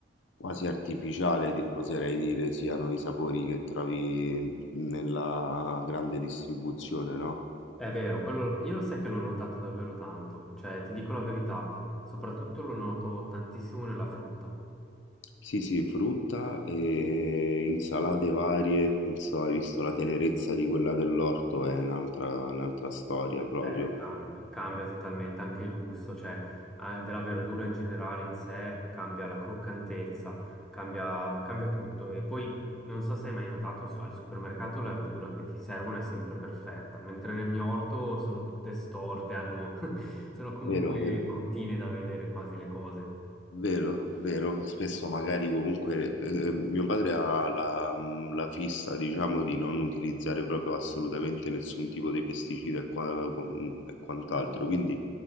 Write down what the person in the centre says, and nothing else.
È vero, quello, io lo sai che l'ho notato davvero tanto, cioè ti dico la verità, soprattutto lo noto tantissimo nella frutta.
Eh, cambia, cambia totalmente anche il gusto, cioè eh, della verdura in generale in sé, cambia la croccantezza, cambia, cambia tutto. E poi non so se hai mai notato su- al supermercato la verdura che ti servono è sempre perfetta, mentre nel mio orto sono tutte storte, hanno- <laughs> sono comunque
bruttine da vedere quasi le cose.